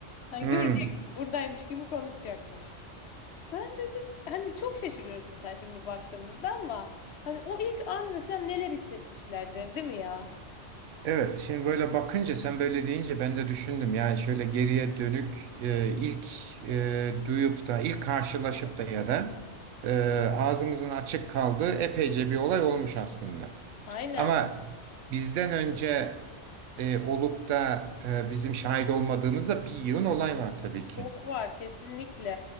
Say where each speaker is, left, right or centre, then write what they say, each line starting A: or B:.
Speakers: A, on the left; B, on the right.
A: Hani
B: hmm.
A: göreceksin buradaymış gibi konuşacakmış. Ben dedi hani çok şaşırıyoruz mesela şimdi baktığımızda ama hani o ilk an mesela neler hissetmişlerdir değil mi ya?
B: Evet, şimdi böyle bakınca sen böyle deyince ben de düşündüm. Yani şöyle geriye dönük e, ilk e, duyup da ilk karşılaşıp
A: Evet.
B: da ya da e, ağzımızın açık kaldığı epeyce bir olay olmuş aslında.
A: Aynen.
B: Ama bizden önce e, olup da e, bizim şahit olmadığımızda bir yığın olay var tabii ki.
A: Çok var kesinlikle.